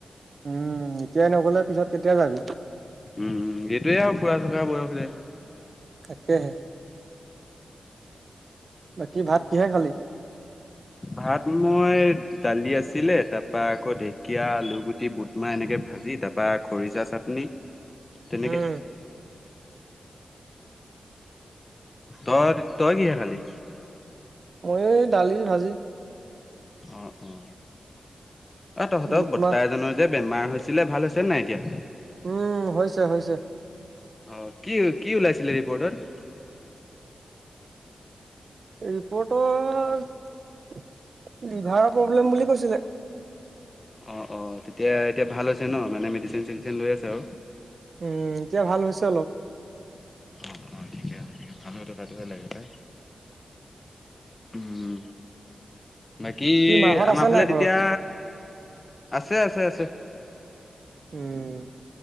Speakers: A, on the right; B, on the left.
A: উম এতিয়াই নগলে পিছত কেতিয়া যাবি।
B: উম উম এইটোৱে আৰু ফুৰা চোৱা বয়স দে
A: তাকেহে বাকী ভাত কিহে খালী?
B: ভাত মই দালি আছিলে তাৰপা আকৌ ঢেকীয়া আলুগুটি বুটমাহ এনেকে ভাত ভাজি তাৰপা খৰিচা চাটনি তেনেকে।
A: উম,
B: ত তই কিহে খালি?
A: মই দালি ভাজি।
B: অ অ অ তহতৰ
A: বুট
B: বৰ্তা
A: মাহ
B: এজনৰ যে বেমাৰ হৈছিলে ভাল হৈছে নাই এতিয়া।
A: ওম হৈছে হৈছে
B: অহ কি কি ওলাইছিলে ৰিপৰ্টত?
A: ৰিপৰ্টত লিভাৰৰ প্ৰব্লেম বুলি কৈছিলে।
B: অ অ তেতিয়া এতিয়া ভাল হৈছে ন মানে মেডিচিন চেডিচিন লৈ আছে আৰু।
A: ওম এতিয়া ভাল হৈছে অলপ।
B: অ অ ঠিকে ভাল হৈ থকাতো হে লাগে পাই। উম বাকী
A: মাহত
B: আমাৰ
A: আছে
B: ফালে
A: নাই
B: তেতিয়া
A: ঘৰত?
B: আছে আছে আছে।
A: উম।